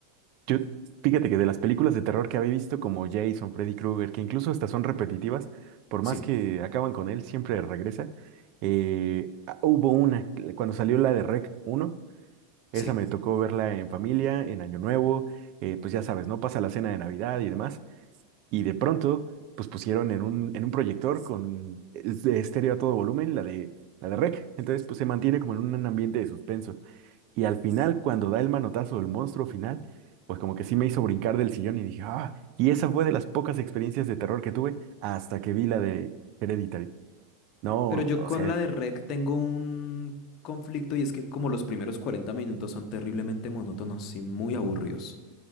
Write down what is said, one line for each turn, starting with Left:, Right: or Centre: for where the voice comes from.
Right: Yo, fíjate que de las películas de terror que había visto, como Jason, Freddy Krueger, que incluso estas son repetitivas, por
Left: Sí,
Right: más que acaban con él, siempre regresa. Eh, ah, hubo una, cuando salió la de Rec uno
Left: sí.
Right: esa me tocó verla en familia, en Año Nuevo, eh, pues ya sabes, ¿no? Pasa la cena de Navidad y demás, y de pronto, pues pusieron en un, en un proyector con es- de estéreo a todo volumen la de, la de Rec, entonces pues se mantiene como en un ambiente de suspenso. Y al final, cuando da el manotazo del monstruo final, pues como que sí me hizo brincar del sillón y dije, ah, y esa fue de las pocas experiencias de terror que tuve hasta que vi la de Hereditary. No,
Left: Pero yo
Right: o
Left: con
Right: sea,
Left: la
Right: es-
Left: de REC tengo un conflicto y es que como los primeros 40 minutos son terriblemente monótonos y muy aburridos.